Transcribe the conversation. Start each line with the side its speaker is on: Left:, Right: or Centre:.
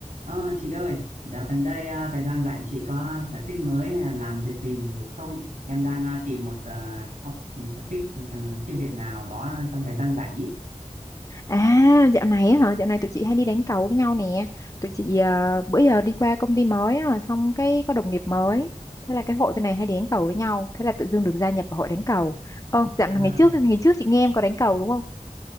Right: Ờ, chị ơi, dạo gần đây à, thời gian rảnh chị có sở thích mới hay là làm việc gì không? Em đang à, tìm một à, học một sở thích một, à, cái việc nào đó trong thời gian rảnh ý.
Left: À, dạo này á hả? Dạo này tụi chị hay đi đánh cầu với nhau nè. Tụi chị ờ, bữa giờ đi qua công ty mới á, xong cái có đồng nghiệp mới. Thế là cái hội bên này hay đi đánh cầu với nhau. Thế là tự dưng được gia nhập vào hội đánh cầu. Ờ, dạo
Right: À,
Left: ngày trước ngày trước chị nghe em có đánh cầu đúng không?